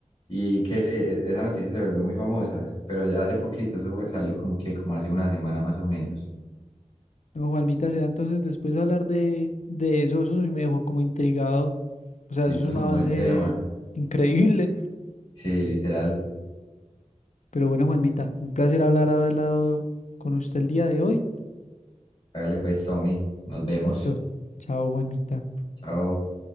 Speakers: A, on the left; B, on the left.
A: y que e- esa noticia se volvió muy famosa, pero ya hace poquito, eso fue- salió como que como hace una semana más o menos,
B: No, Juanmita, será entonces después hablar de, de eso, eso sí me dejó como intrigado. O sea,
A: sí,
B: eso
A: eso
B: es un
A: es un
B: avance
A: buen tema,
B: increíble.
A: sí, literal,
B: Pero bueno, Juanmita, un placer hablar, haber hablado con usted el día de hoy.
A: hágale pues, Somi, nos vemos,
B: Listo. Chao, Juanmita.
A: chao.